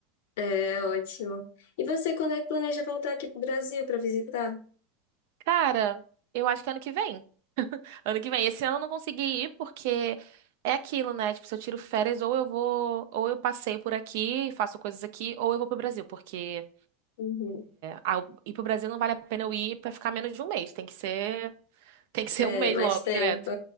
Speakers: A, on the left; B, on the right.
A: É ótimo. E você, quando é que planeja voltar aqui pro Brasil para visitar?
B: Cara, eu acho que ano que vem. Ano que vem. Esse ano eu não consegui ir porque é aquilo, né? Tipo, se eu tiro férias, ou eu vou, ou eu passeio por aqui, faço coisas aqui, ou eu vou pro Brasil, porque.
A: Uhum.
B: Ah, ir pro Brasil não vale a pena eu ir pra ficar menos de um mês. Tem que ser, tem que ser
A: É,
B: um mês
A: mais
B: logo,
A: tempo.
B: direto,